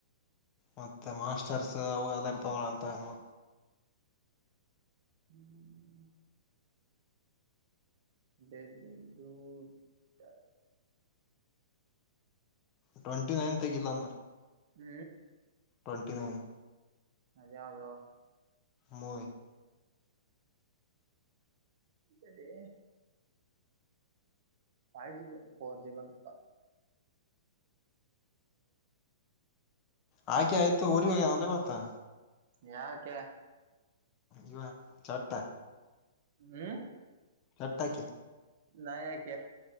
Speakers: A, on the left; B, on the right.
A: ಮತ್ತೆ ಮಾಸ್ಟರ್ಸ್ ಅವು ಎಲ್ಲಾರ ತಗಂತ ನ
B: ಹ್ಮ್್ಮ ಬೆ ಬದುಟ
A: ಟ್ವೆಂಟಿ ನೈನ್ ಇಲ್ಲ ಅಂದ್ರ
B: ಹ್ಮ್
A: ಟ್ವೆಂಟಿ ನೈನ್
B: ಅದೇ ಅದೋ
A: ಮೂ
B: ಕಡೆ ಫೈವ್ ಜಿ ಫೋರ್ ಜಿ ಬಂತ
A: ಹಾಗೆ ಆಯ್ತು ಊರಿವಾಗ ಅ ಗತ್ತಾ
B: ಯಾಕ
A: ಇುವ ಚಾರಾ
B: ಹ್ಮ್
A: ಚರ್ತಕ್ಕೆ
B: ನ ಯಾಕ